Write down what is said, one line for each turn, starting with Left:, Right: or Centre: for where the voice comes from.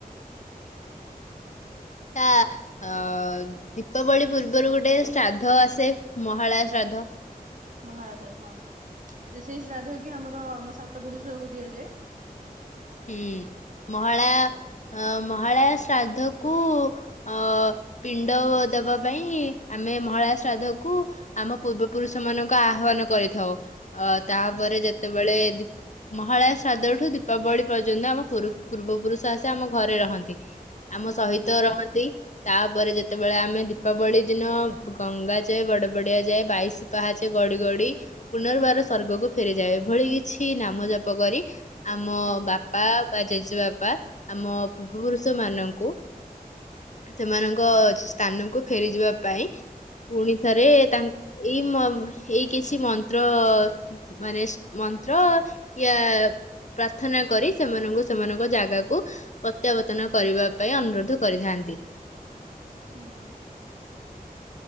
Left: ତା ଅ ଦୀପାବଳି ପୂର୍ବରୁ ଗୋଟେ ଶ୍ରାଦ୍ଧ ଆସେ ମହାଳୟ ଶ୍ରାଦ୍ଧ।
Right: ମହାଳୟ ଶ୍ରାଦ୍ଧ ହଁ ସେଇ ଶ୍ରାଦ୍ଧ କି ଆମର ଆମ ସାତ ପୁରୁଷଙ୍କୁ ଦିଆଯାଏ।
Left: ହୁଁ ମହାଳୟା ମହାଳୟା ଶ୍ରାଦ୍ଧ କୁ ଅ ପିଣ୍ଡ ଦବା ପାଇଁ ଆମେ ମହାଳୟା ଶ୍ରାଦ୍ଧକୁ ଆମ ପୂର୍ବପୁରୁଷ ମାନଙ୍କୁ ଆହ୍ଵାନ କରିଥାଉ ଅ ତାପରେ
Right: ହୁଁ
Left: ଯେତେବେଳେ ଦି ମହାଳୟା ଶ୍ରାଦ୍ଧ ଠୁ ଦୀପାବଳି ପର୍ଯ୍ୟନ୍ତ ଆମ ପୂର୍ବ ପୁରୁଷ ଆସି ଆମ ଘରେ ରହନ୍ତି। ଆମ
Right: ନହେଲେ
Left: ସହିତ ରହନ୍ତି। ତାପରେ ଯେତେବେଳେ ଆମେ ଦୀପାବଳି ଦିନ ଗଙ୍ଗା ଯାଏ ବଡ ବଡିଆ ଯାଏ ବାଇଶ ପାହାଚାଏ ଗଡି ଗଡି ପୁନର୍ବାର ସ୍ଵର୍ଗକୁ ଫେରିଯାଏ ଏଭଳି କିଛି ନାମ ଜାପ କରି ଆମ
Right: ହୁଁ
Left: ବା ପା ବା ଜେଜେବାପା ଆମ ପୂର୍ବପୁରୁଷ ମାନଙ୍କୁ ସେମାନଙ୍କ ସ୍ଥାନକୁ ଫେରିଯିବା ପାଇଁ ପୁଣି ଥରେ ତାଙ୍କ ଏଇ ଏଇ କିଛି ମନ୍ତ୍ର ମାନେ ମନ୍ତ୍ର ୟା ପ୍ରାର୍ଥନା କରି ସେମାନଙ୍କୁ ସେମାନଙ୍କ ଜାଗାକୁ ପ୍ରତ୍ୟାବର୍ତ୍ତନ କରିବା ପାଇଁ ଅନୁରୋଧ କରିଥାନ୍ତି।
Right: ହୁଁ ହୁଁ